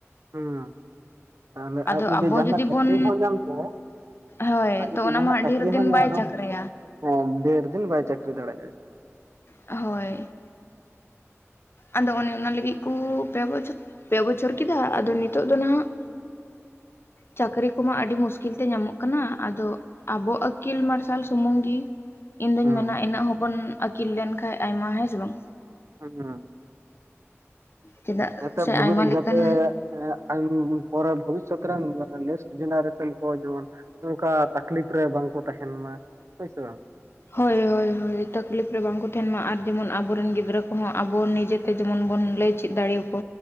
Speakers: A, on the right (about 70°); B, on the left (about 55°).
A: ᱦᱮᱸ ᱛᱟᱦᱚᱞᱮ
B: ᱟᱫᱚ
A: ᱟᱡ ᱡᱩᱫᱤ
B: ᱟᱵᱚ
A: ᱡᱟᱦᱟᱱᱟᱜ ᱪᱟᱠᱨᱤ
B: ᱵᱚᱱ
A: ᱦᱚᱸ ᱧᱟᱢ ᱠᱮᱭᱟᱭᱼᱼ
B: ᱦᱳᱭ
A: ᱟᱡ ᱡᱩᱫᱤ
B: ᱛᱚ ᱚᱱᱟ
A: ᱡᱟᱦᱟᱱᱟᱜ
B: ᱢᱟ
A: ᱪᱟᱹᱠᱨᱤ
B: ᱰᱷᱮᱨ
A: ᱦᱚᱸᱭ
B: ᱫᱤᱱ
A: ᱧᱟᱢᱟ
B: ᱵᱟᱭ
A: ᱱᱚᱼᱼ
B: ᱪᱟᱠᱨᱟᱭᱟ
A: ᱦᱮᱸ ᱰᱷᱮᱨ ᱫᱤᱱ ᱵᱟᱭ ᱪᱟᱠᱨᱤ ᱫᱟᱲᱮᱜ ᱟᱭ᱾
B: ᱦᱳᱭ। ᱟᱫᱚ ᱚᱱᱮ ᱚᱱᱟ ᱞᱟᱹᱜᱤᱫ ᱠᱩ ᱯᱮ ᱵᱚᱪᱷᱚ ᱯᱮ ᱵᱚᱪᱷᱚᱨ ᱠᱮᱫᱟ ᱟᱫᱚ ᱱᱤᱛᱚᱜ ᱫᱚ ᱱᱟᱦᱟᱜ᱾ ᱪᱟᱹᱠᱨᱤ ᱠᱚᱢᱟ ᱟᱹᱰᱤ ᱢᱩᱥᱠᱤᱞ ᱛᱮ ᱧᱟᱢᱚᱜ ᱠᱟᱱᱟ ᱟᱫᱚ᱾ ᱟᱵᱚ ᱟᱹᱠᱤᱞ ᱢᱟᱨᱥᱟᱞ ᱥᱩᱢᱩᱝ ᱜᱤ ᱤᱧ ᱫᱩᱧ
A: ᱦᱮᱸ
B: ᱢᱮᱱᱟ ᱤᱱᱟᱹᱜ ᱦᱚᱸᱵᱚᱱ ᱟᱹᱠᱤᱞ ᱞᱮᱱᱠᱷᱟᱱ ᱟᱭᱢᱟ, ᱦᱮᱸ ᱥᱮ ᱵᱟᱝ?
A: ᱦᱩᱸ ᱦᱩᱸ᱾
B: ᱪᱮᱫᱟᱜ
A: <unintelligible>
B: ᱥᱮ ᱟᱭᱢᱟ ᱞᱮᱠᱟᱱ
A: ᱯᱚᱨᱮ ᱵᱷᱚᱵᱤᱥᱚᱛ ᱨᱮᱱ ᱱᱮᱠᱥ ᱡᱮᱱᱟᱨᱮᱥᱚᱱ ᱠᱚ ᱡᱮᱢᱚᱱᱼᱼ ᱱᱚᱝᱠᱟ ᱛᱟᱠᱞᱤᱯ ᱨᱮ ᱵᱟᱝᱠᱚ ᱛᱟᱦᱮᱱ ᱢᱟ, ᱦᱳᱭ ᱥᱮ ᱵᱟᱝ?
B: ᱦᱳᱭ ᱦᱳᱭ ᱦᱳᱭ ᱛᱟᱠᱞᱤᱯ ᱨᱮ ᱵᱟᱝᱠᱚ ᱛᱟᱦᱮᱱ ᱢᱟ, ᱟᱨ ᱡᱮᱢᱚᱱ ᱟᱵᱚᱨᱮᱱ ᱜᱤᱫᱽᱨᱟᱹ ᱠᱚᱦᱚᱸ ᱟᱵᱚ ᱱᱤᱡᱮᱼᱼ ᱡᱮᱢᱚᱱ ᱵᱚᱱ ᱞᱟᱹᱭ ᱪᱮᱫ ᱫᱟᱲᱮᱣ ᱟᱠᱚ᱾